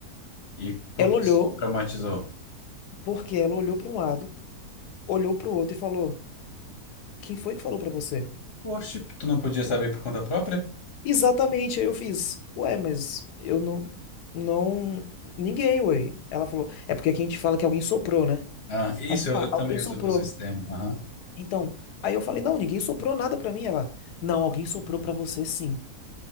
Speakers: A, on the left; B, on the left.
A: E por
B: Ela
A: que
B: olhou,
A: isso te traumatizou?
B: porque ela olhou para um lado, olhou para o outro e falou: Quem foi que falou para você?
A: Oxe, tu não podia saber por conta própria?
B: Exatamente, aí eu fiz. Ué, mas eu não. Não. Ninguém, ué. Ela falou: É porque aqui a gente fala que alguém soprou, né?
A: Ah, isso,
B: Ela falou:
A: eu,
B: Ah,
A: eu
B: alguém
A: também
B: soprou.
A: uso, uso esse termo. aham.
B: Então. Aí eu falei: Não, ninguém soprou nada para mim. Ela: Não, alguém soprou para você sim.